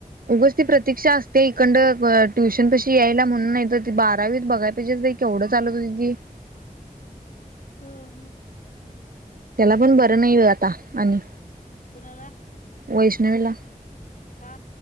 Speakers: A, on the right; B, on the left.
A: उगच ती प्रतीक्षा असते हिकंड ट्युशन पाशी यायला म्हणून नाही तर त बारावीत बघाय पाहिजेस. केवढं चालत होती ती
B: हा हा
A: त्याला पण बरं नाही आहे आता आणि
B: कुणाला?
A: वैष्णवीला
B: हा